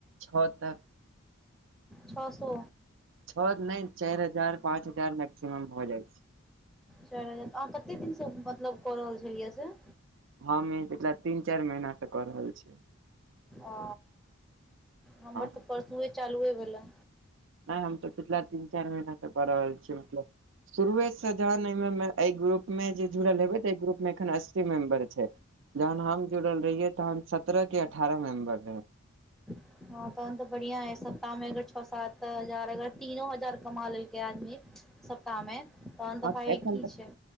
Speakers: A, on the right; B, in the centre.
A: छओ तक।
B: छओ सौ।
A: छौ नहि चारि हजार पाँच हजार मैक्सिमम भ जाइ छैय।
B: चार हजार अहाँ कते दिन से मतलब कऽ रहल छलियै से?
A: हम ई पिछला तीन चारि महीनासँ कऽ रहल छियै।
B: ओ हमर
A: हँ
B: तऽ परसुए चालुए भेला।
A: नहि हम तऽ पिछला तीन चारि महीना से कऽ रहल छियै मतलब शुरुए से जहन एहि ग्रुप मे जुड़ल हेबै तऽ एहि ग्रुप मे एखन अस्सी मेंबर छैय। जहन हम जुड़ल रहियै तहन सत्ररह की अठारह मेंबर रहै।
B: हँ तहन तऽ बढ़िया है सप्ताह में अगर छओ सात हजार अगर तीनो हजार कमा लेलकै आदमी सप्ताहमे तहन
A: हँ
B: तऽ भाय
A: एखन
B: की
A: तऽ
B: छै